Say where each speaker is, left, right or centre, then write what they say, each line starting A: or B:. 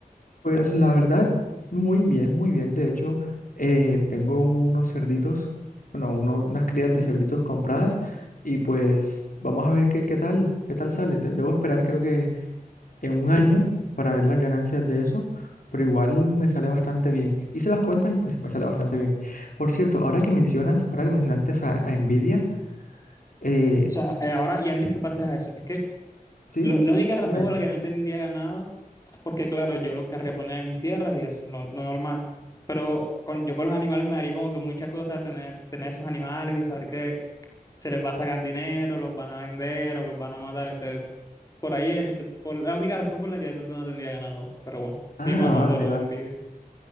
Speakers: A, on the left; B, on the left.
A: Pues la verdad, muy bien, muy bien. De hecho, eh, tengo unos cerditos, bueno, uno- unas crías de cerditos compradas y pues vamos a ver qué, qué tal, qué tal sale. Te- debo esperar, creo que... en un año para ver las ganancias de eso, pero igual me sale bastante bien. Hice las cuentas y pues me sale bastante bien. Por cierto, ahora que mencionas, ahora que mencionaste a, a Nvidia, eh,
B: O sea, eh, ahora y antes que pases a eso, es que
A: ¿sí?
B: lo- la única razón
A: Dime.
B: por la que no tendría ganado es porque, claro, yo lo querría poner en mis tierras y eso, lo, lo normal. Pero con, yo con los animales me daría como que mucha cosa tener, tener esos animales y saber que se les va a sacar dinero, los van a vender o los van a matar. Entonces, por ahí es de- por la única razón por la que de pronto no tendría ganado. Pero bueno, sigamos
A: Ah,
B: hablando
A: vale,
B: de lo
A: vale.
B: de envidia.